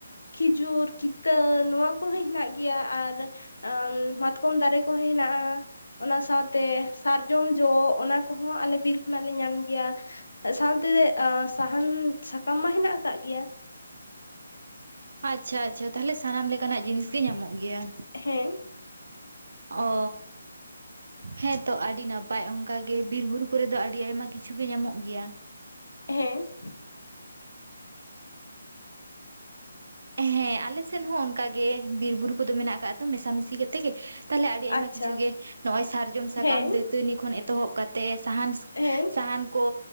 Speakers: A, on the left; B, on the right.
A: ᱠᱷᱤᱡᱩᱨ, ᱠᱤᱛᱟᱹ ᱱᱚᱣᱟ ᱠᱚᱦᱚᱸ ᱦᱮᱱᱟᱜ ᱜᱮᱭᱟ᱾ ᱟᱨ ᱢᱟᱛᱠᱚᱢ ᱫᱟᱨᱮ ᱠᱚᱦᱚᱸ ᱦᱮᱱᱟᱜᱼᱟ᱾ ᱚᱱᱟ ᱥᱟᱶᱛᱮ ᱥᱟᱨᱡᱚᱢ ᱡᱚ ᱚᱱᱟ ᱠᱚᱦᱚᱸ ᱟᱞᱮ ᱵᱤᱨ ᱠᱷᱚᱱᱟᱜ ᱞᱮ ᱧᱟᱢ ᱜᱮᱭᱟ᱾ ᱥᱟᱶᱛᱮ ᱥᱟᱦᱟᱱ ᱥᱟᱠᱟᱢ ᱢᱟ ᱦᱮᱱᱟᱜ ᱟᱠᱟᱫ ᱜᱮᱭᱟ᱾
B: ᱟᱪᱪᱷᱟ ᱟᱪᱪᱷᱟ ᱛᱟᱦᱚᱞᱮ ᱥᱟᱱᱟᱢ ᱞᱮᱠᱟᱱᱟᱜ ᱡᱤᱱᱤᱥ ᱜᱮ ᱧᱟᱢᱚᱜ ᱜᱮᱭᱟ᱾
A: ᱦᱮᱸ᱾
B: ᱚ ᱦᱮᱸᱛᱚ ᱟᱹᱰᱤ ᱱᱟᱯ- ᱯᱟᱭ ᱚᱱᱠᱟ ᱜᱮ ᱵᱤᱨ ᱵᱩᱨᱩ ᱠᱚᱨᱮ ᱫᱚ ᱟᱹᱰᱤ ᱟᱭᱢᱟ ᱠᱤᱪᱷᱩ ᱜᱮ ᱧᱟᱢᱚᱜ ᱜᱮᱭᱟ᱾
A: ᱦᱮᱸ᱾ <inaudible>
B: ᱦᱮᱸ ᱟᱞᱮ ᱥᱮᱫ ᱦᱚᱸ ᱚᱱᱠᱟᱜᱮ ᱵᱤᱨᱼᱵᱩᱨᱩ ᱠᱚᱫᱚ ᱢᱮᱱᱟᱜ ᱟᱠᱟᱜ ᱛᱚ ᱢᱮᱥᱟ ᱢᱤᱥᱤ ᱠᱟᱛᱮᱫ ᱜᱮ, ᱛᱟᱦᱚᱞᱮ ᱟᱹᱰᱤ ᱟᱭᱢᱟ
A: ᱟᱪᱪᱷᱟ
B: ᱠᱤᱪᱷᱩ ᱜᱮ ᱱᱚᱜ ᱚᱭ ᱥᱟᱨᱡᱚᱢ ᱥᱟᱠᱟᱢ
A: ᱦᱮᱸ
B: ᱫᱟᱹᱛᱟᱹᱱᱤ ᱠᱷᱚᱱ ᱮᱛᱚᱦᱚᱵ ᱠᱟᱛᱮ ᱥᱟᱦᱟᱱ
A: ᱦᱮᱸ᱾
B: ᱥᱟᱦᱟᱱ ᱠᱚ